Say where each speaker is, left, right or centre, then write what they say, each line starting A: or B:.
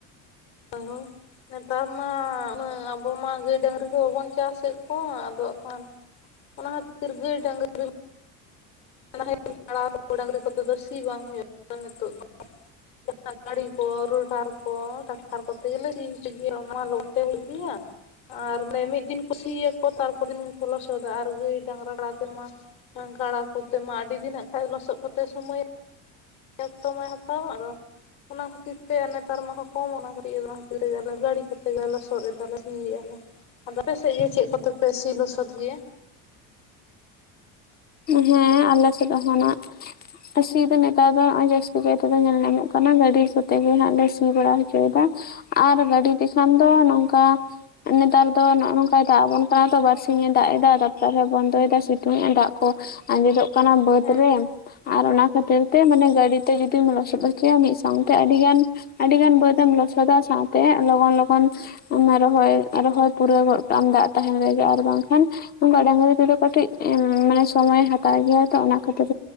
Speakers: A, on the left; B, on the left.
A: ᱟᱵᱚ ᱱᱮᱛᱟᱨ ᱢᱟ ᱩᱱᱟᱹᱜ ᱟᱵᱚ ᱢᱟ ᱜᱟᱹᱭ ᱰᱟᱝᱨᱤ ᱠᱚ ᱵᱟᱵᱚᱱ ᱪᱟᱥᱮᱫ ᱠᱚᱣᱟ ᱟᱫᱚ ᱠᱷᱟᱱ ᱼᱼ ᱚᱱᱟ ᱠᱷᱟᱛᱤᱨ ᱜᱟᱹᱭ ᱰᱟᱝᱨᱤ ᱼᱼ <inaudible> ᱰᱟᱝᱨᱤ ᱠᱚᱛᱮ ᱫᱚ ᱥᱤ ᱵᱟᱝ ᱦᱳᱭᱳᱜ ᱠᱟᱱᱟ ᱱᱤᱛᱚᱜ ᱫᱚ ᱾ <inaudible> ᱜᱟᱰᱤ ᱠᱚ ᱨᱳᱴᱟᱨ ᱠᱚ ᱴᱟᱠᱴᱟᱨ ᱠᱚᱛᱮ ᱜᱮᱞᱮ ᱥᱤ ᱦᱚᱪᱚᱭ ᱜᱮᱭᱟ ᱚᱱᱟᱡᱟ ᱞᱚᱜᱚᱱ ᱛᱮ ᱦᱩᱭᱩᱜ ᱜᱮᱭᱟ ᱾ ᱟᱨ ᱚᱱᱮ ᱢᱤᱫ ᱫᱤᱱ ᱠᱚ ᱥᱤᱭᱟ ᱠᱚ ᱛᱟᱨᱯᱚᱨ ᱫᱤᱱ ᱠᱚ ᱞᱚᱥᱚᱫᱟ ᱟᱨ ᱜᱟᱹᱭ ᱰᱟᱝᱨᱟ ᱠᱟᱲᱟ ᱟᱛᱮᱜᱢᱟ ᱼᱼ ᱜᱟᱲᱟ ᱠᱚᱛᱮ ᱢᱟ ᱟᱰᱤ ᱫᱤᱱ ᱱᱟᱜ ᱠᱷᱟᱡ ᱞᱚᱥᱚᱫ ᱠᱚᱛᱮ ᱥᱳᱢᱳᱭᱮ ᱼᱼ ᱚᱠᱛᱚ ᱢᱟᱭ ᱦᱟᱛᱟᱣᱟ ᱟᱫᱚ᱾ ᱚᱱᱟ ᱠᱷᱟᱛᱤᱨ ᱛᱮ ᱱᱮᱛᱟᱨ ᱢᱟᱠᱚ ᱠᱚᱢ ᱠᱟᱱᱟ ᱚᱱᱟ ᱠᱷᱟᱛᱤᱨ ᱛᱮᱜᱮ ᱜᱟᱲᱤ ᱠᱚᱛᱮ ᱜᱮᱞᱮ ᱞᱚᱥᱚᱫ ᱮᱫᱟᱞᱮ ᱥᱤᱜ ᱟᱞᱮ᱾ ᱟᱫᱚ ᱟᱯᱮ ᱥᱮᱜ ᱜᱮ ᱪᱮᱜ ᱠᱚᱛᱮ ᱯᱮ ᱥᱤ ᱞᱚᱥᱚᱫ ᱜᱮᱭᱟ?
B: ᱦᱮᱸ ᱟᱞᱮ ᱥᱮᱫ ᱦᱚᱸ ᱱᱟᱜ᱾ ᱥᱤ ᱫᱚ ᱱᱮᱛᱟᱨ ᱫᱚ ᱱᱚᱜ ᱡᱟᱹᱥᱛᱤ ᱠᱟᱭ ᱫᱚ ᱧᱮᱞ ᱧᱟᱢᱚᱜ ᱠᱟᱱᱟ ᱜᱟᱹᱰᱤ ᱠᱚᱛᱮ ᱜᱮ ᱦᱟᱸᱜ ᱞᱮ ᱥᱤ ᱵᱟᱲᱟ ᱦᱚᱪᱚᱭᱮᱫᱟ᱾ ᱟᱨ ᱜᱟᱰᱤ ᱛᱮᱠᱷᱟᱱ ᱫᱚ ᱱᱚᱝᱠᱟ᱾ ᱱᱮᱛᱟᱨ ᱫᱚ ᱱᱚᱜᱼᱚ ᱱᱚᱝᱠᱟᱭ ᱫᱟᱜ ᱟᱵᱚᱱ ᱠᱟᱱᱟ ᱛᱚ ᱵᱟᱨᱥᱤᱧ ᱮ ᱫᱟᱜ ᱮᱫᱟ ᱛᱟᱨᱯᱚᱨᱮ ᱟᱨ ᱦᱚᱸᱭ ᱵᱚᱱᱫᱚᱭ ᱫᱟ ᱥᱤᱛᱩᱝ ᱮ ᱟᱭ ᱫᱟᱜ ᱼᱼ ᱠᱚ ᱟᱸᱡᱮᱫᱚᱜ ᱠᱟᱱᱟ ᱵᱟᱹᱫᱽ
A: ᱦᱮᱸ
B: ᱨᱮ ᱟᱨ ᱚᱱᱟ ᱠᱷᱟᱛᱤᱨ ᱛᱮ ᱢᱟᱱᱮ ᱜᱟᱰᱤ ᱛᱮ ᱡᱩᱫᱤᱢ ᱞᱚᱥᱚᱫ ᱼᱼ ᱦᱚᱪᱚᱭᱟ ᱢᱤᱫ ᱥᱟᱶᱛᱮ ᱟᱰᱤᱟᱱ ᱟᱰᱤᱜᱟᱱ ᱵᱟᱹᱫᱽ ᱮᱢ ᱞᱚᱥᱚᱫᱟ ᱥᱟᱶᱛᱮ ᱞᱚᱜᱚᱱ ᱞᱚᱜᱚᱱ ᱼᱼ ᱚᱱᱟ ᱨᱚᱦᱚᱭ ᱨᱚᱦᱚᱭ ᱯᱩᱨᱟᱹᱣ ᱜᱚᱫ ᱠᱟᱜ ᱟᱢ ᱫᱟᱜ ᱛᱟᱦᱮᱱ ᱨᱮᱜᱮ ᱟᱨ ᱵᱟᱝᱠᱷᱟᱱ ᱼᱼ ᱚᱱᱠᱟ ᱵᱟᱝᱨᱤ ᱛᱮ ᱫᱚ ᱠᱟᱴᱤᱡ ᱩᱸ ᱢᱟᱱᱮ ᱼᱼ ᱥᱚᱢᱚᱭᱮ ᱦᱟᱛᱟᱣ ᱜᱮᱭᱟ ᱛᱚ ᱚᱱᱟ ᱠᱷᱟᱛᱤᱨ